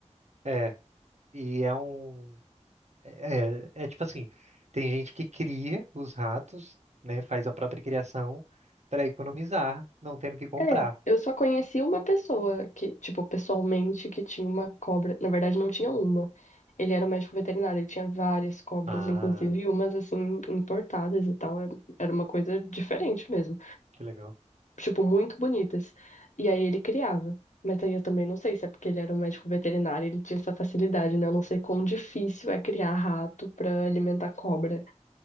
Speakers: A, on the right; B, on the left.
A: É, e é um. É, é é tipo assim: tem gente que cria os ratos, né? Faz a própria criação para economizar, não tendo que comprar.
B: É, eu só conheci uma pessoa que, tipo, pessoalmente, que tinha uma cobra. Na verdade, não tinha uma. Ele era um médico veterinário, ele tinha várias cobras,
A: Ah,
B: inclusive umas, assim, importadas e tal. Era era uma coisa diferente mesmo.
A: que legal.
B: Tipo, muito bonitas. E aí ele criava. Mas aí eu também não sei se é porque ele era um médico veterinário, ele tinha essa facilidade, né? Eu não sei quão difícil é criar rato pra alimentar cobra.